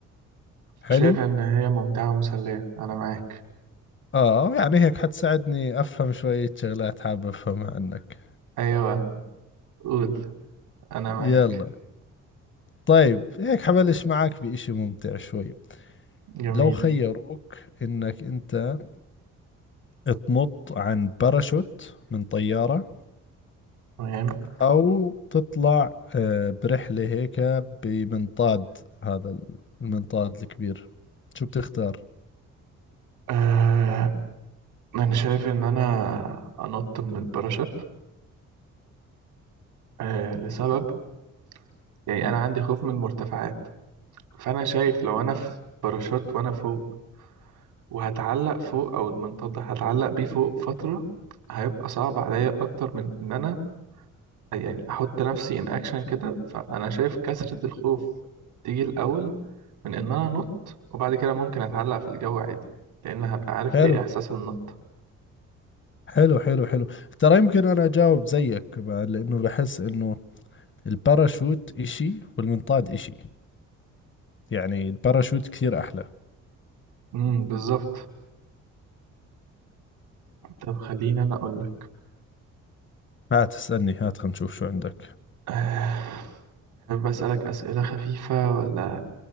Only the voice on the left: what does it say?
حلو
اه يعني هيك حتساعدني افهم شوية شغلات حابب افهمها عنك
يلا طيب هيك حبلش معك بإشي ممتع شوي
لو خيروك انك انت تنط عن باراشوت من طيارة
او تطلع آه، برحلة هيك بمنطاد هذا المنطاد الكبير شو بتختار
حلو
حلو حلو حلو ترى يمكن انا اجاوب زيك بعد لانه بحس انه الباراشوت اشي والمنطاد اشي يعني الباراشوت كثير احلى
هات اسألني هات خلينا نشوف شو عندك